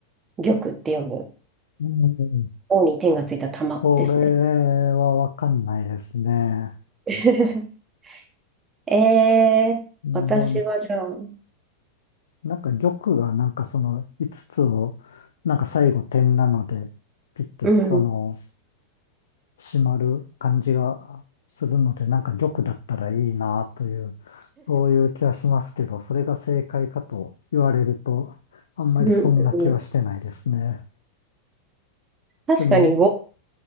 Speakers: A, on the right (about 20°); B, on the left (about 65°).
A: 玉って読む。
B: うん、
A: 王に天がついた玉ですね。
B: これはわかんないですね。
A: <laughs> えー、
B: ぼん、
A: 私はじゃあ、
B: なんか玉がなんかその5つつを、なんか最後点なので、ピッてその
A: うん。<laughs> うん
B: 閉まる感じがするので、なんか玉だったらいいなという、そういう気はしますけど、それが正解かと言われると、あんまりそんな気はしてないですね。
A: うんうん確かに5。
B: でも、